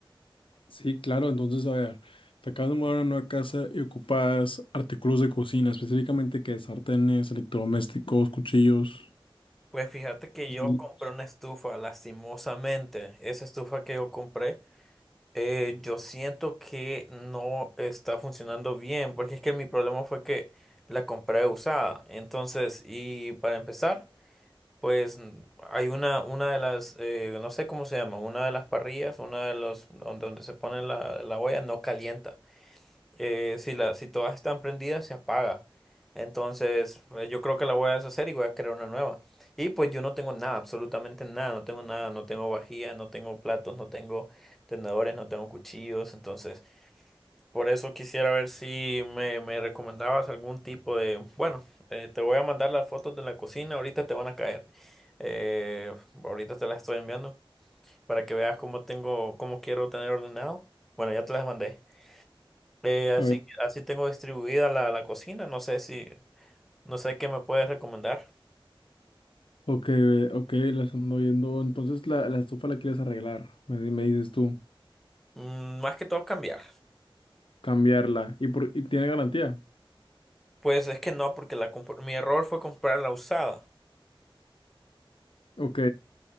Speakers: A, on the left; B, in the centre.
A: Sí, claro, entonces, a ver, te acabas de mudar a una nueva casa y ocupas artículos de cocina, específicamente que sartenes, electrodomésticos, cuchillos.
B: Pues fíjate que
A: Sí.
B: yo compré una estufa, lastimosamente. Esa estufa que yo compré, eh, yo siento que no está funcionando bien, porque es que mi problema fue que la compré usada. Entonces, y para empezar, pues n- hay una, una de las, eh, no sé cómo se llama, una de las parrillas, una de los, donde, donde se pone la, la olla, no calienta eh, si, la, si todas están prendidas, se apaga. Entonces, eh, yo creo que la voy a deshacer y voy a crear una nueva. Y pues yo no tengo nada, absolutamente nada, no tengo nada, no tengo vajilla, no tengo platos, no tengo tenedores, no tengo cuchillos. Entonces, por eso quisiera ver si me, me recomendabas algún tipo de... Bueno, eh, te voy a mandar las fotos de la cocina, ahorita te van a caer. Eh, ahorita te las estoy enviando para que veas cómo tengo, cómo quiero tener ordenado. Bueno, ya te las mandé. Eh, así,
A: A ver,
B: así tengo distribuida la, la cocina. No sé si, no sé qué me puedes recomendar.
A: ok, ve, ok, las ando viendo. Entonces, la, la estufa la quieres arreglar, me, di- me dices tú,
B: Mm, más que todo cambiar.
A: cambiarla. ¿Y, por, y tiene garantía?
B: Pues es que no, porque la, comp- mi error fue comprar la usada.
A: Ok,